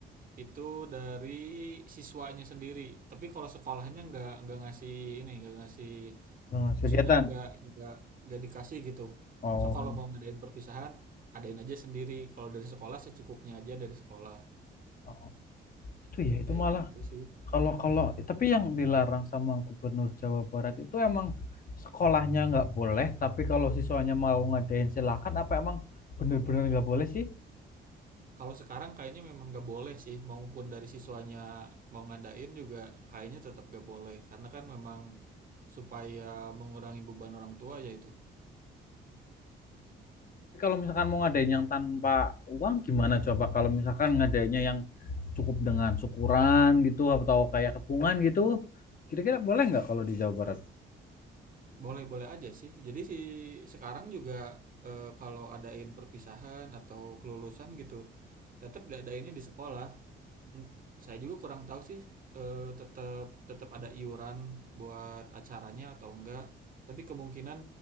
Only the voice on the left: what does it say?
Mas,
kegiatan.
Oh,
oh. itu ya itu
malah
kalau kalau tapi yang dilarang sama Gubernur Jawa Barat itu emang sekolahnya nggak boleh, tapi kalau siswanya mau ngadain silakan apa emang bener-bener nggak boleh sih?
Tapi kalau misalkan mau ngadain yang tanpa uang gimana coba kalau misalkan ngadainnya yang cukup dengan syukuran gitu atau kayak kepungan gitu kira-kira boleh nggak kalau di Jawa Barat?